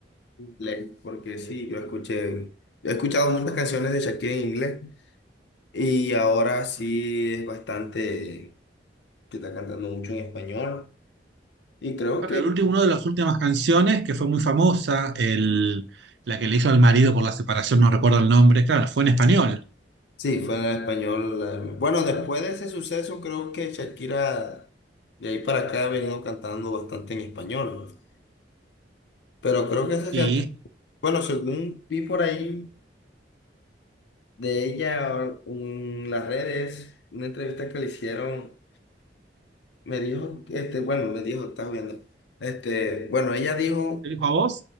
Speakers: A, on the left (about 70°); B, on the right (about 70°).
A: en inglés, porque sí, yo escuché, he escuchado muchas canciones de Shakira en inglés y ahora sí es bastante, que está cantando mucho en español y creo
B: Claro,
A: que
B: el último, una de las últimas canciones que fue muy famosa, el, la que le hizo al marido por la separación, no recuerdo el nombre, claro, fue en español.
A: sí, fue en español. eh, Bueno, después de ese suceso creo que Shakira de ahí para acá ha venido cantando bastante en español, pero creo que esas
B: Sí.
A: canciones, bueno, según vi por ahí de ella en las redes, una entrevista que le hicieron, me dijo, este, bueno, me dijo, estás viendo, este, bueno, ella dijo,
B: ¿Te dijo a vos?